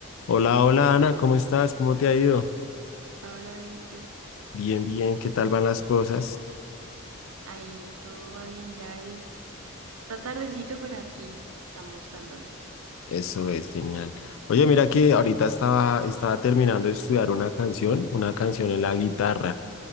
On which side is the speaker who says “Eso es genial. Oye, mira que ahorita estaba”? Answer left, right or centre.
Left